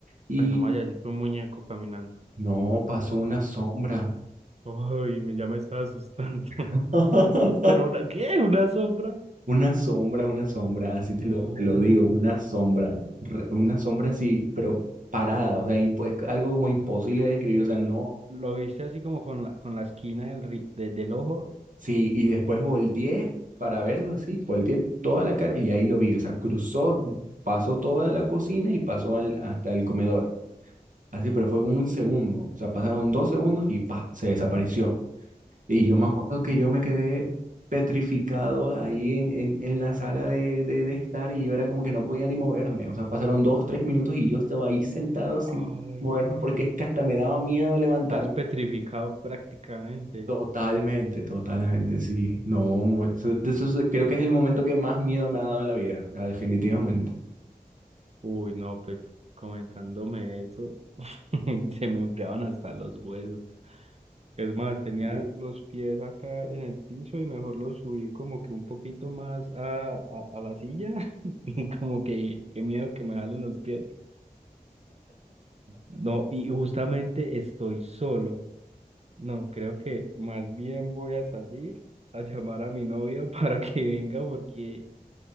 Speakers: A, on the right (about 60°); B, on the right (about 45°).
A: Y
B: bueno, vaya, así fue un muñeco caminando.
A: no, pasó una sombra.
B: Ay, me- ya me estaba asustando. <laughs>
A: <laughs>
B: Pero, pero una- ¿qué? ¿Una sombra?
A: Una sombra, una sombra, así te
B: No.
A: lo, te lo digo, una sombra, re- una sombra así, pero parada, o sea, impo- es algo como imposible de describir, o sea, no,
B: L- ¿Lo viste así como con la, con la esquina del, ri- de- del ojo?
A: sí,
B: Eh,
A: y después volteé para verlo así, volteé toda la cara y ahí lo vi, o sea, cruzó, pasó toda la cocina y pasó al, hasta el comedor, así, pero fue como un segundo, o sea, pasaron dos segundos y pa, se desapareció. Y yo me
B: mm.
A: acuerdo que yo me quedé petrificado ahí en, en, en la sala de, de, de estar y yo era como que no podía ni moverme. O sea, pasaron dos, tres minutos y yo estaba ahí sentado sin
B: Ay.
A: moverme porque es que hasta me daba miedo levantarme.
B: Estás petrificado prácticamente.
A: Totalmente, totalmente, sí. No, mu- eso, eso es- creo que es el momento que más miedo me ha dado en la vida, o sea, definitivamente.
B: Uy, no, pues comentándome eso, <laughs> se me enfriaban hasta los huesos. Es más, tenía
A: Sí.
B: los pies acá en el piso y mejor los subí como que un poquito más a, a, a la silla, <laughs> como que qué miedo que me jalen los pies. No, y justamente estoy solo. No, creo que más bien voy a salir a llamar a mi novia <laughs> para que venga porque